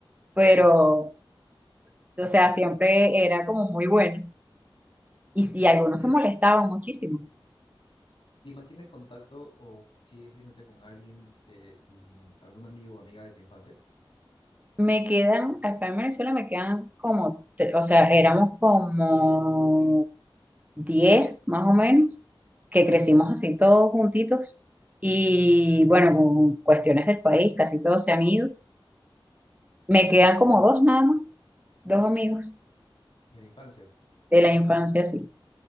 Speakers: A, on the right (about 20°); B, on the left (about 70°).
A: pero, o sea, siempre era como muy bueno y, y algunos
B: ¿Y,
A: se
B: el-
A: molestaban muchísimo.
B: y mantienes contacto o sigues viéndote con alguien de, de, mm, algún amigo o amiga de tu infancia?
A: Me quedan, acá en Venezuela me quedan como, te- o sea, éramos como 10 más o menos, que crecimos así todos juntitos. Y bueno, con cuestiones del país, casi todos se han ido. Me quedan como dos nada más, dos amigos
B: De la infancia.
A: de la infancia, sí.